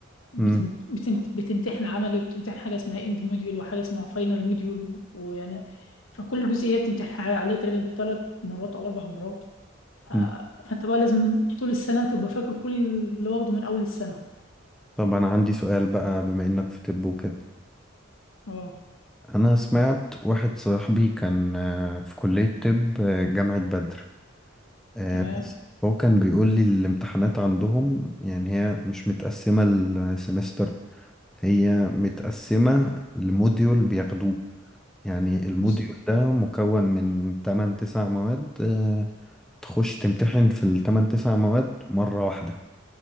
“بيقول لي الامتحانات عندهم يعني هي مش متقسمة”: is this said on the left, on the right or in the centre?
Centre